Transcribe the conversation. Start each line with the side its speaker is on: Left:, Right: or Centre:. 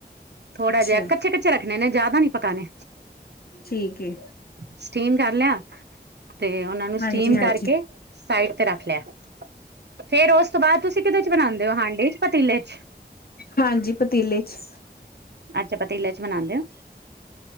Right: ਥੋੜ੍ਹਾ
Left: ਅੱਛਾ
Right: ਜਿਹਾ ਕੱਚੇ ਕੱਚੇ ਰੱਖਣੇ ਨੇ ਜ਼ਿਆਦਾ ਨੀ ਪਕਾਣੇ।
Left: ਠੀਕ ਏ
Right: ਸਟੀਮ ਕਰ ਲਿਆ। ਤੇ ਉਹਨਾਂ ਨੂੰ ਸਟੀਮ
Left: ਹਾਂਜੀ-ਹਾਂਜੀ
Right: ਕਰਕੇ ਸਾਈਡ ਤੇ ਰੱਖ ਲਿਆ। ਫੇਰ ਉਸ ਤੋਂ ਬਾਅਦ ਤੁਸੀਂ ਕਿਦੇ ਚ ਬਣਾਉਂਦੇ ਹੋ ਹਾਂਡੀ ਚ ਪਤੀਲੇ ਚ।
Left: ਹਾਂਜੀ ਪਤੀਲੇ ਚ
Right: ਅੱਛਾ ਪਤੀਲੇ ਚ ਬਣਾਂਦੇ ਓ।